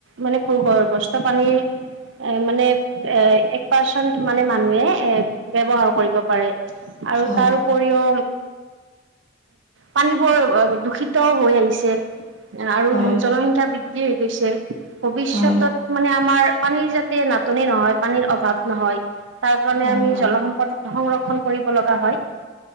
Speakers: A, on the right (about 80°); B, on the left (about 45°).
A: মানে <unintelligible> পানীৰ এ মানে এ এক পাৰ্চেন্ট মানে মানুহে এ ব্যৱহাৰ কৰিব পাৰে আৰু
B: হয়
A: তাৰ উপৰিও পানীবোৰ দূষিত হৈ আহিছে আৰু
B: হয়
A: জনসংখ্যা বৃদ্ধি হৈ গৈছে ভৱিষ্যতত
B: হয়
A: মানে আমাৰ পানীৰ যাতে নাটনি নহয় পানীৰ অভাৱ নহয় তাৰ কাৰণে
B: হয়
A: আমি
B: হয়।
A: জলসম সংৰক্ষণ কৰিব লগা হয়।